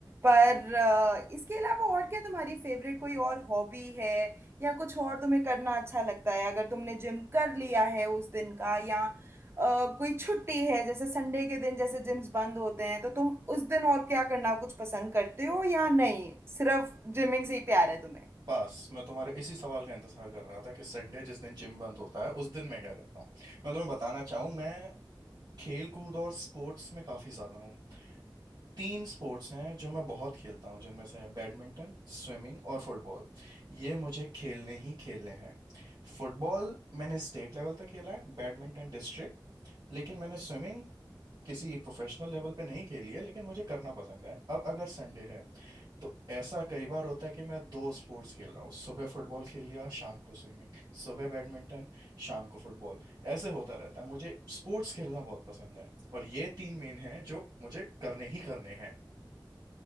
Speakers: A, on the right; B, on the right.
A: पर अ, इसके अलावा और क्या तुम्हारी फेवरेट कोई और हॉबी है या कुछ और तुम्हें करना अच्छा लगता है अगर तुमने जिम कर लिया है उस दिन का या अ, कोई छुट्टी है जैसे संडे के दिन जैसे जिम्स बंद होते हैं तो तुम उस दिन और क्या करना कुछ पसंद करते हो या नहीं सिर्फ जिमिंग से ही प्यार है तुम्हें
B: बस मैं तुम्हारे इसी सवाल का इंतजार कर रहा था कि संडे जिस दिन जिम बंद होता है उस दिन मैं क्या करता हूँ मैं तुम्हें बताना चाहूँ मैं खेल कूद और स्पोर्ट्स में काफ़ी ज़्यादा हूँ तीन स्पोर्ट्स हैं जो मैं बहुत खेलता हूँ जिनमें से है बैडमिंटन स्विमिंग और फुटबॉल ये मुझे खेलने ही खेलने हैं फुटबॉल मैंने स्टेट लेवल तक खेला है बैडमिंटन डिस्ट्रिक्ट लेकिन मैंने स्विमिंग किसी प्रोफेशनल लेवल पे नहीं खेली है लेकिन मुझे करना पसंद है अब अगर संडे है तो ऐसा कई बार होता है कि मैं दो स्पोर्ट्स खेल रहा हूँ सुबह फुटबॉल खेल लिया शाम को स्विमिंग सुबह बैडमिंटन शाम को फुटबॉल ऐसे होता रहता है मुझे स्पोर्ट्स खेलना बहुत पसंद है और ये तीन मेन हैं जो मुझे करने ही करने